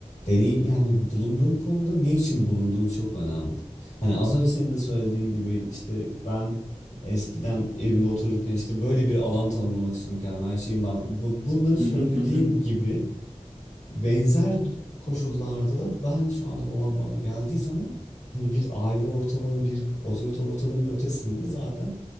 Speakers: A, on the left; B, on the right.
A: deney yani bulunduğun konuda ne için bulunduğun çok önemli. Hani az önce senin de söylediğin gibi işte ben eskiden evimde otururken işte böyle bir alan tanımlamak istiyorum kendime. Her şeyin ben bu- bunları söylediğim
B: hı hı hı.
A: gibi Benzer koşullarda da ben şu anda babam bana geldiği zaman hani bir aile ortamı, bir otorite ortamının ötesinde zaten